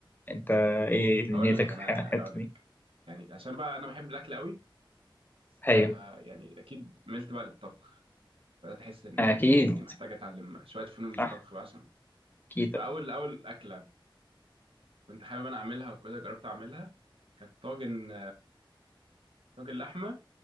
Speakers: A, on the left; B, on the right.
A: انت ايه نيتك
B: اقول لك انا
A: في الح- الحته
B: اقول لك
A: دي
B: يعني عشان بقى انا بحب الاكل قوي ف
A: ايوه
B: يعني اكيد ملت بقى للطبخ بدات احس ان
A: اكيد
B: اني محتاج اتعلم شويه فنون للطبخ
A: صح
B: بقى عشان
A: كده
B: فاول اول اكله كنت حابب انا اعملها وكده جربت اعملها كانت طاجن طاجن لحمه